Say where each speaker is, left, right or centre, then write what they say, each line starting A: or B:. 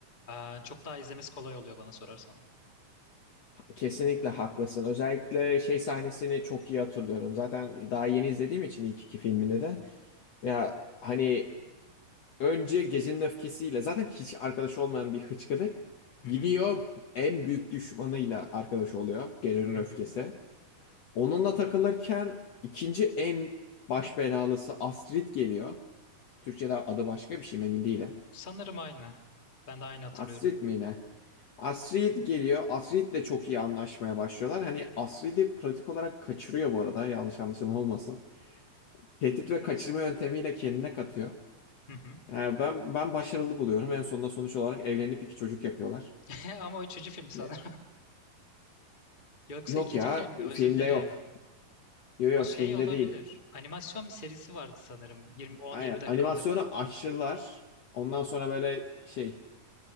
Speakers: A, on the left; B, on the left.
A: eee, çok daha izlemesi kolay oluyor bana sorarsan.
B: Kesinlikle haklısın. Özellikle şey sahnesini çok iyi hatırlıyorum. Zaten daha yeni izlediğim için ilk iki filmini de. Ya hani Önce gecenin öfkesiyle zaten hiç arkadaşı olmayan bir hıçkıdık
A: Hı
B: gidiyor
A: hı,
B: en büyük düşmanıyla arkadaş oluyor gecenin
A: hı
B: öfkesi.
A: hı.
B: Onunla takılırken ikinci en baş belalısı Astrid geliyor. Türkçe'de adı başka bir şey mi emin değilim.
A: Sanırım aynı. Ben de aynı hatırlıyorum.
B: Astrid mi ne? Astrid geliyor. Astrid'le çok iyi anlaşmaya başlıyorlar. Hani Astrid'i pratik olarak kaçırıyor bu arada. Yanlış anlaşılma olmasın. Tehdit ve kaçırma yöntemiyle kendine katıyor.
A: Hı hı.
B: Yani ben ben başarılı buluyorum. En sonunda sonuç olarak evlenip iki çocuk yapıyorlar.
A: <laughs> Ama o üçüncü film sanırım.
B: Ya,
A: <laughs> Yoksa
B: yok
A: ikinci
B: ya
A: film mi? özür
B: filmde
A: dilerim.
B: yok. Yok yok
A: O şey
B: filmde
A: olabilir.
B: değil.
A: Animasyon bir serisi vardı sanırım. 20 10-20
B: Aynen
A: dakikalık.
B: animasyonu açtılar. Ondan sonra böyle şey